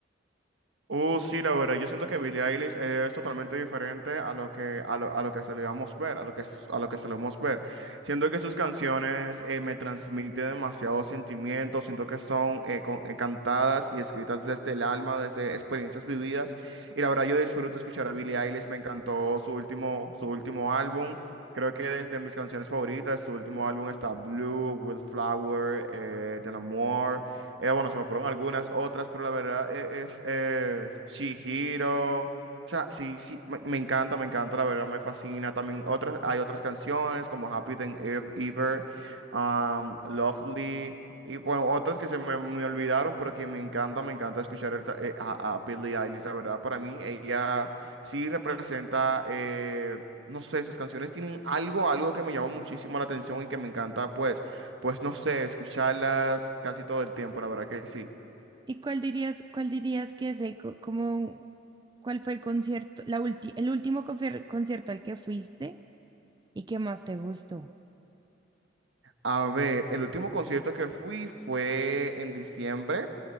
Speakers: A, on the right (about 70°); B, on the right (about 25°).
A: Uh, sí, la verdad, yo siento que Billie Eilish es totalmente diferente a lo que, a lo, a lo que se le vamos ver, a lo que, s- a lo que se le vamos ver. Siento que sus canciones eh, me transmiten demasiados sentimientos, siento que son eh, con- eh, cantadas y escritas desde el alma, desde experiencias vividas. Y la verdad, yo disfruto escuchar a Billie Eilish, me encantó su último, su último álbum. Creo que es de mis canciones favoritas, su último álbum está Blue, Wildflower, eh, Del Amor. Eh, bueno, se me fueron algunas otras, pero la verdad e- es, es Chihiro. O sea, sí, sí, me, me encanta, me encanta, la verdad me fascina. También otras, hay otras canciones como Happy Than Ev- Ever, um, Lovely, y bueno, otras que se me, me olvidaron, pero que me encanta, me encanta escuchar el ta- eh, a, a Billie Eilish, la verdad, para mí ella sí representa, eh, no sé, sus canciones tienen algo, algo que me llama muchísimo la atención y que me encanta, pues. Pues no sé, escucharlas casi todo el tiempo, la verdad que sí.
B: ¿Y cuál dirías, cuál dirías que es el, co- como, cuál fue el concierto, la ulti- el último confer- concierto al que fuiste y que más te gustó?
A: A ver, el último concierto que fui fue en diciembre.